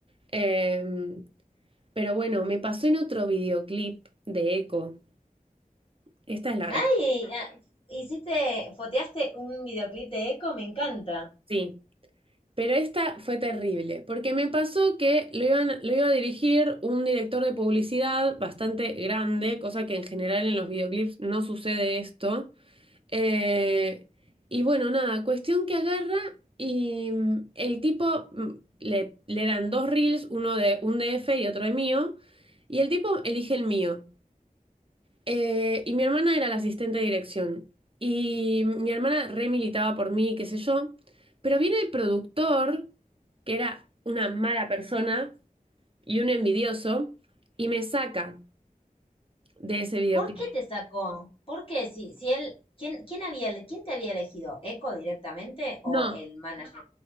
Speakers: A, on the right; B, on the left.
A: Em, pero bueno, me pasó en otro videoclip de Eco. Esta es larga,
B: Ay, ah, hiciste, foteaste un videoclip de Eco, me encanta.
A: sí. Pero esta fue terrible, porque me pasó que lo iban, lo iba a dirigir un director de publicidad bastante grande, cosa que en general en los videoclips no sucede esto. Eh, y bueno, nada, cuestión que agarra y mm, el tipo mm, le, le dan dos reels, uno de un DF y otro de mío, y el tipo elige el mío. Eh, y mi hermana era la asistente de dirección. Y mi hermana re militaba por mí, qué sé yo. Pero viene el productor, que era una mala persona y un envidioso, y me saca de ese videoclip.
B: ¿Por qué te sacó? ¿Por qué? Si, si él, ¿quién, quién había, quién te había elegido? ¿Eco directamente o
A: No,
B: el manager?